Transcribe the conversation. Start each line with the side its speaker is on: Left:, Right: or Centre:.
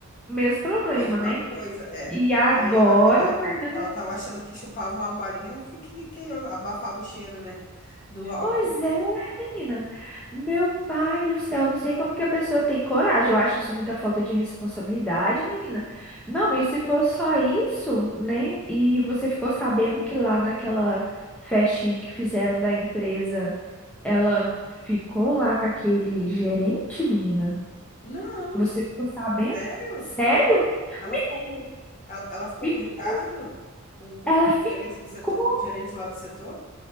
Centre: mesmo problema,
Left: mesma
Centre: né?
Left: coisa, é.
Centre: E agora,
Left: Aí ela, ela,
Centre: a Fernanda
Left: ela tava achando que chupava uma balinha que, que, que eu abafava o cheiro, né? Do álcool.
Centre: Pois é, menina. Meu pai do céu, eu não sei como que a pessoa tem coragem. Eu acho isso muita falta de responsabilidade, menina. Não, e se for só isso, né? E você ficou sabendo que lá naquela festinha que fizeram da empresa, ela ficou lá com aquele gerente, menina?
Left: Não,
Centre: Você ficou sabendo?
Left: sério?
Centre: Sério?
Left: Ela
Centre: Me
Left: ficou com, ela, ela ficou
Centre: ficou.
Left: com o Ricardo? Com, com,
Centre: Ela ficou,
Left: o gerente do setor, com o gerente lá do setor?